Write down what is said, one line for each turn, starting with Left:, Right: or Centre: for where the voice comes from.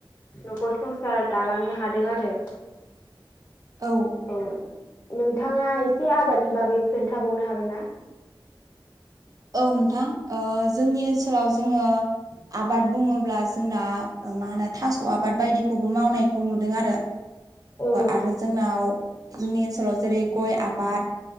Left: न'खर संसार दालांनो हादों आरो।
Right: औ।
Left: औ नोंथाङा एसे आबादनि बागै खोन्थाबावनो हागोन ना?
Right: औ नोंथां जोंनि ओनसोलाव जोङो, आबाद बुङोब्ला जोंना मा होनो थास' आबाद बायदिखौबो मावनायखौ नुदों आरो
Left: औ
Right: आरो जोंनाव जोंनि ओनसोलाव जेरै गय आबाद